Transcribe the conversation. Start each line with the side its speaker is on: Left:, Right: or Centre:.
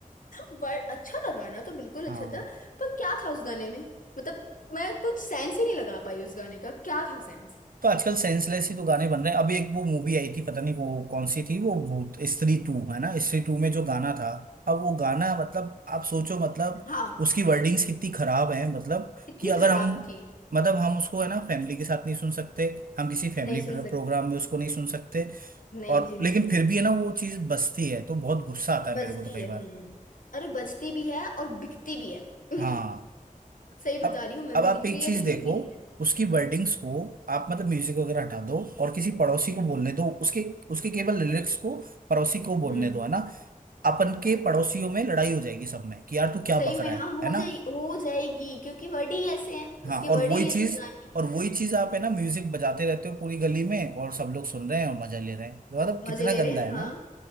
Left: बट अच्छा था गाना तो बिल्कुल
Right: हाँ
Left: अच्छा था पर क्या था उस गाने में मतलब मैं कुछ सेंस ही नहीं लगा पाई उस गाने का क्या था सेंस
Right: तो आजकल सेंसलेस ही तो गाने बन रहे हैं अभी एक वो मूवी आई थी पता नहीं वो कौन सी थी वो भूत स्त्री टू है ना स्त्री टू में जो गाना था अब वो गाना मतलब आप सोचो मतलब
Left: हाँ
Right: उसकी वर्डिंग्स कितनी खराब है मतलब
Left: इतनी
Right: कि अगर
Left: खराब
Right: हम
Left: थी
Right: मतलब हम उसको है ना फैमिली के साथ नहीं सुन सकते हम किसी फैमिली
Left: नहीं सुन
Right: प्रोग्राम
Left: सक
Right: में उसको नहीं सुन सकते
Left: नहीं
Right: और
Left: जी नहीं
Right: लेकिन फिर भी है ना वो चीज बसती है तो बहुत गुस्सा आता है
Left: बचती
Right: मेरे को तो कई
Left: है
Right: बार
Left: हम्म अरे बचती भी है और बिकती भी है <laughs>
Right: हाँ
Left: सही बता
Right: अब
Left: रही हूँ मैं
Right: अब
Left: बिक
Right: आप एक
Left: रही है
Right: चीज
Left: तो
Right: देखो
Left: बिक भी रही है
Right: उसकी वर्डिंग्स को आप मतलब म्यूजिक वगैरह हटा दो और किसी पड़ोसी
Left: हम्म
Right: को बोलने दो उसके उसके केवल लिरिक्स को पड़ोसी को बोलने
Left: हम्म
Right: दो है ना अपन के
Left: हाँ
Right: पड़ोसियों में लड़ाई हो जाएगी सब में कि यार तू क्या
Left: सही
Right: बक
Left: में
Right: रहा
Left: हाँ
Right: है
Left: हो
Right: है ना
Left: जाएगी हो जाएगी क्योंकि वर्ड ही ऐसे हैं
Right: हाँ
Left: उसके
Right: और
Left: वर्ड
Right: वही
Left: ही
Right: चीज
Left: ऐसे बनाए हैं।
Right: और वही चीज आप है ना म्यूजिक बजाते रहते हो पूरी गली में और सब लोग सुन रहे हैं और मजा ले रहे हैं मतलब
Left: मजे
Right: कितना
Left: ले रहे
Right: गंदा
Left: हैं
Right: है ना
Left: हाँ